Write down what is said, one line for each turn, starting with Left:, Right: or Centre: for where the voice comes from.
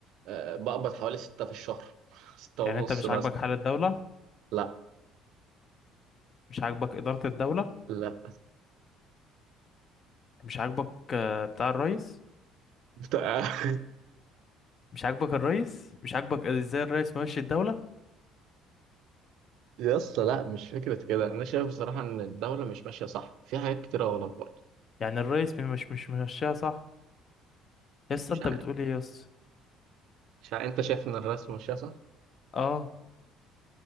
Right: آه، بقبض حوالي ستة في الشهر <laughs> ستة
Left: يعني
Right: ونص
Left: انت مش
Right: مثلا
Left: عاجبك حال الدولة
Right: لا
Left: مش عاجبك إدارة الدولة
Right: لا
Left: مش عاجبك آه، بتاع الرئيس
Right: بتاع-
Left: مش عاجبك الرئيس مش عاجبك ازاي الرئيس ماشي الدولة
Right: <laughs> يا اسطى لا مش فكرة كده أنا شايف بصراحة إن الدولة مش ماشية صح في حاجات كتيرة غلط برضه
Left: يعني الرئيس مش مش ممشيها صح يا اسطى
Right: مش
Left: انت
Right: عارف
Left: بتقول ايه يا اسطى
Right: مش عارف أنت شايف إن الرئيس ماشية صح
Left: اه